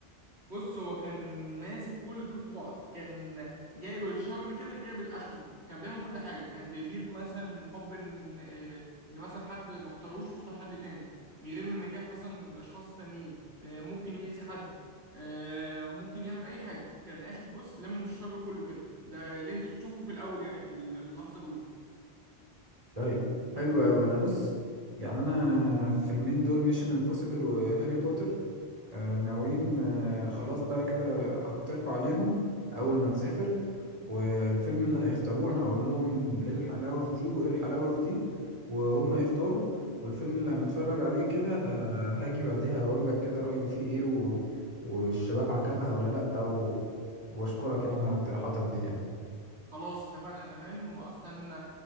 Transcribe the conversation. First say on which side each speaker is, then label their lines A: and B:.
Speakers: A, on the right; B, on the right.
A: بص هو كان ماسك كل دول في بعض كان جايب الشر كده جايب الاخره كان بيعمل كل حاجه كان بيغير مثلا من حب ان آه، ان مثلا حد ما اختاروش واختار حد تاني بيغير من نجاح مثلا الاشخاص التانيين آه، ممكن يأذي حد آه، ممكن يعمل اي حاجه كان اخد بص لم الشر كله كده ده اللي انت تشوفه في الاول يعني في ال- في اللحظه الاولى
B: طيب حلو أوي أنا بص يعني أنا الفيلمين دول ميشن امبوسيبل وهاري بوتر آه ناويين آه خلاص بقى كده هقترحوا عليهم أول ما نسافر والفيلم اللي هيختاروه أنا هقول لهم إيه الحلاوة في دي وإيه الحلاوة في دي وهم يختاروا والفيلم اللي هنتفرج عليه كده ه- هاجي بعديها أقول لك كده رأيي فيه إيه و... والشباب عجبها ولا لأ و... وأشكرك يعني على اقتراحاتك دي يعني
A: خلاص اتفقنا تمام واستنى